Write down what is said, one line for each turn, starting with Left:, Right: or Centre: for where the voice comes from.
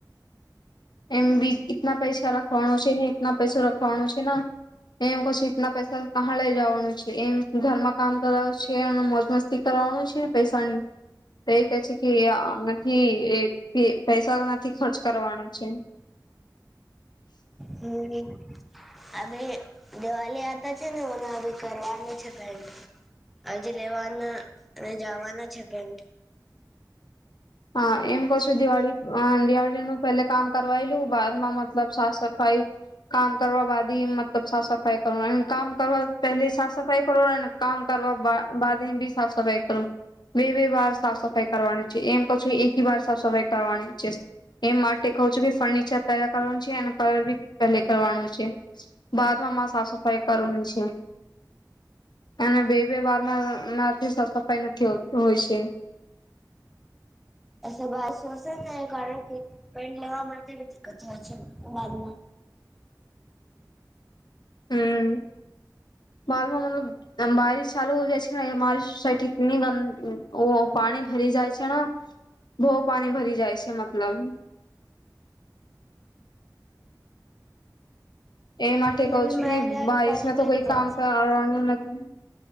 Left: એમ બી ઈતના પૈસા રાખવાનો છે ને એટના પૈસો રખવાનો છે ને. એમ કહું છું ઇતના પૈસા કહા લઈ જવાનું છે એમ ઘરમાં કામ કરાવ છે અને મોજ મસ્તી કરવાનું છે ને પૈસા તો એ કહે છે કે નથી એ પૈસા તો નથી ખર્ચ કરવાનો છે.
Centre: હમ અભી દિવાલી આતા છે નેના અભી કરવાની છે પેન્ટ આજ લેવાના અને જાવાના છે પેન્ટ
Left: હા એમ કહું છું દિવાળી દિવાળીનું પેલે કામ કરવાયલુ બાદમાં મતલબ સાફ સફાઈ કામ કરવા બાદ મતલબ સાફ સફાઈ કરવા કામ કરવા પહેલી સાફ સફાઈ કરોને કામ કરવા બાદે બી સાફ સફાઈ કરું. બે બે વાર સાફ સફાઈ કરવાની છે એમ કશું એકી વાર સાફ સફાઈ કરવાની છે. એમ માટે કહું છું કે ફર્નિચર પહેલા કરવાનું છે અને કલર બી પહેલા કરવાનું છે. બાદમાં મા સાફ સફાઈ કરની છે. અને બે બે વારમાંમાંથી સફાઈ નથી હોતી હોય છે.
Centre: એ બ શશે ને કારણ કે પેન્ટ લેવા માટે બી દિકકત હોય છે બાદમાં
Left: હમ બાદમાં મતલબ આમ બારીશ ચાલુ હો જાય છે ને મારી સાઈ થી પાણી ભરી જાય છે ને. બહુ પણી ભરી જાય છે મતલબ. એ માટે
Centre: હવે
Left: કઉ છું
Centre: મારે
Left: કે
Centre: આવી
Left: બારીસમાં
Centre: પાણી ભરી
Left: તો કોઈ
Centre: જાય
Left: કામ
Centre: છે
Left: કરવાનું નથી.